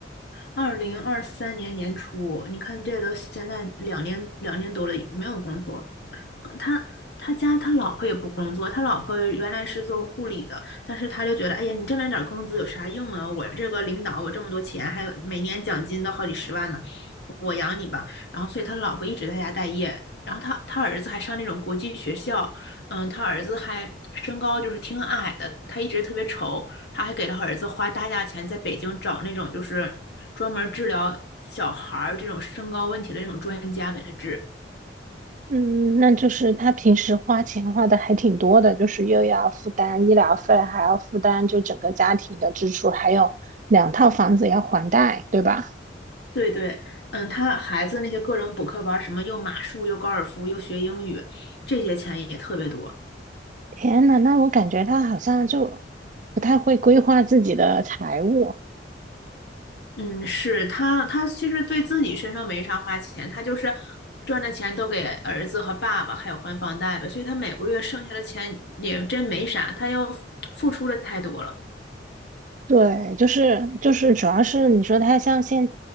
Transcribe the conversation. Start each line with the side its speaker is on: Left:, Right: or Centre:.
Left: 二零二三年年初，你看这都现在两年两年多了，没有工作。他他家他老婆也不工作，他老婆原来是做护理的，但是他就觉得，哎呀，你挣那点儿工资有啥用啊？我这个领导，我这么多钱，还有每年奖金都好几十万呢。我养你吧。然后所以他老婆一直在家待业，然后他他儿子还上那种国际学校，嗯，他儿子还身高就是挺矮的，他一直特别丑，他还给他儿子花大价钱在北京找那种就是专门治疗小孩儿这种身高问题的那种专家给他治。
Right: 嗯，那就是他平时花钱花的还挺多的，就是又要负担医疗费，还要负担就整个家庭的支出，还有两套房子要还贷，对吧？
Left: 对对，嗯，他孩子那些各种补课班儿什么又马术又高尔夫又学英语，这些钱也特别多。
Right: 天呐，那我感觉他好像就不太会规划自己的财务。
Left: 嗯，是他，他其实对自己身上没啥花钱，他就是赚的钱都给儿子和爸爸，还有还房贷吧，所以他每个月剩下的钱也真没啥，他又付出了太多了。
Right: 对，就是就是，主要是你说他像现